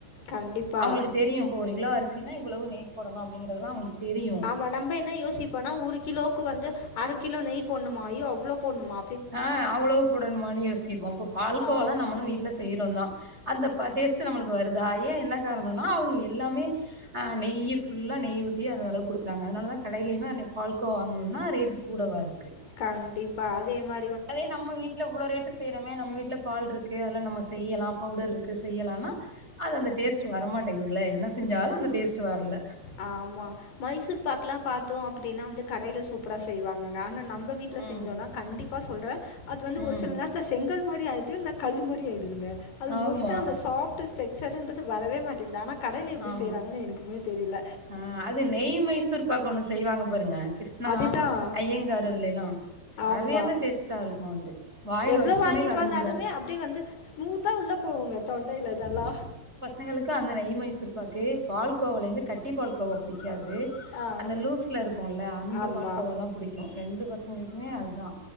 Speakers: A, on the left; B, on the right.
A: கண்டிப்பா.
B: அவுங்குளுக்கு தெரியு இப்போ ஒரு கிலோ அரிசினா இவுளவு நெய் போடணு அப்டிங்கிறதுலா அவுங்குளுக்கு தெரியு
A: மா நம்ப என்ன யோசிப்போனா ஒரு கிலோக்கு வந்து அர கிலோ நெய் போட்ணுமா ஐயோ அவ்ளோ போட்ணுமா
B: ஆ அவுளவு போடணுமானு யோசிப்போ இப்போ பால்க்கோவாலா
A: ஆமா.
B: நம்மளு வீட் ல செய்றோந்தா அந்த பா டேஸ்ட்டு நம்மளுக்கு வருதா ஏன் என்ன காருணோனா அவ்ங்கு எல்லாமே ஆ நெய்யு ஃபுல்லா நெய்யு ஊத்தி அந்த அளவுக்கு குடுக்குறாங்க அதுனாலதா கடைலயுமே அன்னைக் பால்கோவா வாங்குணம்னா ரேட்டு கூட வரு
A: கண்டிப்பா அதே மா
B: அதே நம்மள் வீட்ல இவ்ளோ ரேட்டு செய்றோமே நம் வீட்ல பால்ட்ருக்கு அதுல நம்ம செய்யலா பவ்டர்ருக்கு செய்யலானா அது அந்த டேஸ்ட்டு வரமாட்டேங்குதுல என்ன செஞ்சாலு அந்த டேஸ்ட்டு வர்ல
A: ஆமா மைசூர் பாக்குலா பாத்தோ அப்டினா வந்து கடைல சூப்புரா செய்வாங்கங்க ஆனா நம் ம வீட்ல
B: ம்.
A: செஞ்சோனா கண்டிப்பா சொல்ற அது வந்து ஒரு
B: ம்.
A: சில் நேர் த்ல செங்கல் மாரி ஆய்ர்து இல்னா கல்லு மாரி ஆய்டுதுங்க அது
B: ஆமா.
A: மோஸ்ட்டா அந்த சாஃப்டஸ் டெக்ஸ்சருன்றது வரவே மாட்டேங்குது ஆனா கடைல எப்டி
B: ஆமா.
A: செய்றாங்கனு எனக்குமே தெரில
B: ஆ அது நெய் மைசூரு பாக்கொன்னு செய்வாங்க பாருங்க கிரிஷ்ணா
A: அதுதான்.
B: ஐயங்காரு அதுலேலா சரியான
A: ஆமா.
B: டேஸ்ட்டா இருக்கு அது வாயில
A: எவ்ளோ
B: வச்சோனே
A: வாங்கிட்டு
B: கரைஞ்சிரு
A: வந்தாலுமே அப்டியே வந்து ஸ்மூத்தா உள்ள போகுங்க தொண்டையில இதெல்லா
B: எங்களுக்கு அந்த நெய் மைசூர்பாக்கு பால் கோவாலேந்து கட்டி பால் கோவா பிடிக்காது
A: ஆ.
B: அந்த லூஸ்ல இருக்குல அந்த
A: ஆமா.
B: பால் கோவாதா புடிக்கு ரெண்டு பசங்களுக்குமே அதுதா